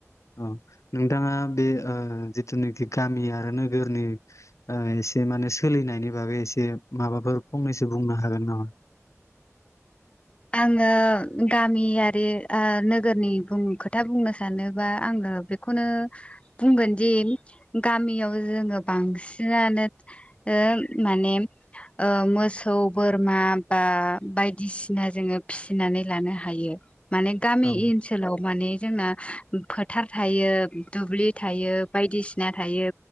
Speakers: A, on the left (about 65°); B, on the left (about 20°).
A: औ। नोंथाङा बे ओ जिथुनाखि गामि आरो नोगोरनि ओ एसे माने सोलिनायनि बागै एसे माबाफोर फंनैसो बुंनो हागोन नामा?
B: आङो गामियारि ओ नोगोरनि बुं खोथा बुंनो सानोबा आङो बेखौनो बुंगोनदि गामियाव जोङो बांसिनानो ओ माने ओ मोसौ बोरमा बा बायदिसि ना जोङो फिसिनानै लानो हायो। माने गामि
A: औ
B: इनसोलाव माने जोंना फोथार थायो, दुब्लि थायो, बायदिसिना थायो